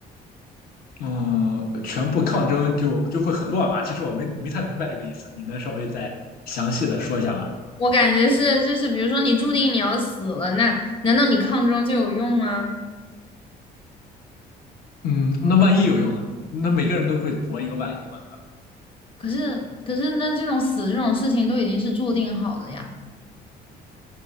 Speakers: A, on the left; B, on the left.
A: 嗯、全部抗争就就会很乱吧？其实我没没太明白这个意思，你能稍微再详细的说一下吗？
B: 我感觉是，就是比如说你注定你要死了，那难道你抗争就有用吗？
A: 嗯，那万一有用呢？那每个人都会搏一个万一嘛？
B: 可是，可是那这种死这种事情都已经是注定好的呀，